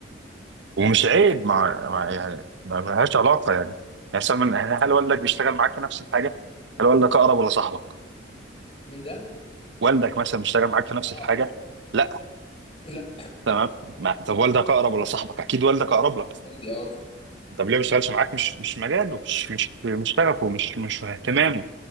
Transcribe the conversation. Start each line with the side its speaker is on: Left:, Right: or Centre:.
Right: ومش عيب مع, مع يعني ما لهاش علاقه يعني يعني مثلا من- يعني هل والدك بيشتغل معاك في نفس الحاجه؟ هل والدك اقرب ولا صاحبك؟
Left: مين ده؟
Right: والدك مثلا بيشتغل معاك في نفس
Left: اه
Right: الحاجه؟ لا
Left: لا
Right: تمام ما- طب والدك اقرب ولا صاحبك؟ اكيد والدك اقرب لك
Left: والدي اه
Right: طب ليه ما بيشتغلش معاك مش مش مجاله مش مش مش شغفه مش مش اهتمامه